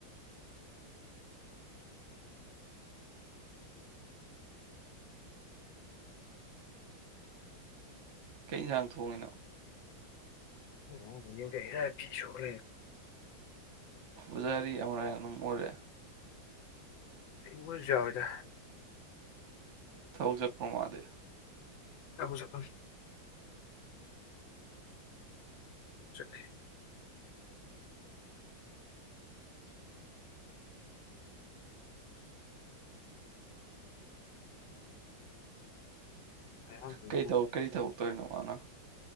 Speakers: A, on the right (about 50°); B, on the left (about 75°).
A: ꯀꯩ ꯏꯟꯖꯥꯡ ꯊꯣꯡꯉꯤꯅꯣ
B: <unintelligible> ꯐꯤꯁꯨꯒ ꯂꯩ
A: ꯄꯨꯖꯥꯔꯤ ꯑꯃꯔꯥꯢ ꯑꯗꯨꯝ ꯑꯣꯏꯔꯦ
B: ꯑꯩ ꯃꯣꯢꯁꯨ ꯌꯥꯎꯋꯦꯗ
A: ꯊꯕꯛ ꯆꯠꯄ꯭ꯔꯣ ꯃꯥꯗꯤ
B: ꯑꯕꯨꯨ <unintelligible> ꯆꯠꯂꯦ <inaudible>
A: <inaudible>
B: ꯑꯩ ꯍꯥꯟꯅ
A: ꯀꯩ ꯇꯧꯔꯛ ꯀꯩ ꯇꯧꯗꯣꯢꯅꯣ ꯃꯥꯅ